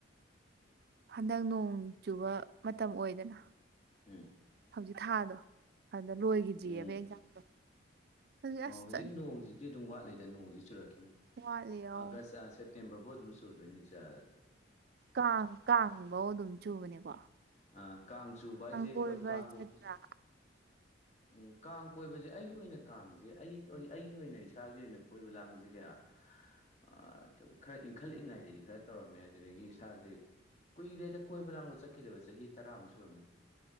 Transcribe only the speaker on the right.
ꯍꯟꯗꯛ ꯅꯣꯡ ꯆꯨꯕ ꯃꯇꯝ ꯑꯣꯏꯗꯅ
ꯍꯧꯖꯤꯛ ꯊꯥꯗꯣ ꯑꯗꯨꯗ ꯂꯣꯏꯒꯤꯗ꯭ꯔꯤꯑꯕ
ꯑꯦꯛꯖꯥꯝꯗꯣ ꯑꯗꯨꯗꯤ
ꯑꯁ
ꯆꯠ
ꯋꯥꯠꯂꯤ ꯑꯧ
ꯀꯥꯡ - ꯀꯥꯡꯕꯧ ꯑꯗꯨꯝ ꯆꯨꯕꯅꯦꯀꯣ
ꯀꯣꯏꯕ
ꯆꯠꯇ꯭ꯔꯥ